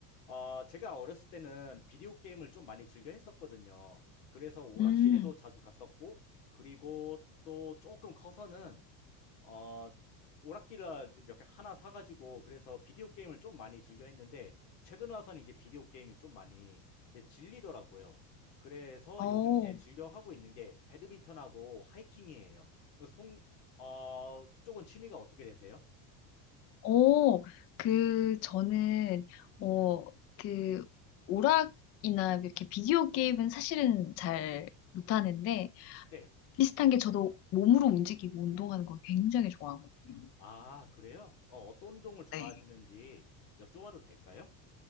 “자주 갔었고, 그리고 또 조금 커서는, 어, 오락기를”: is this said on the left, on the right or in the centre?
Left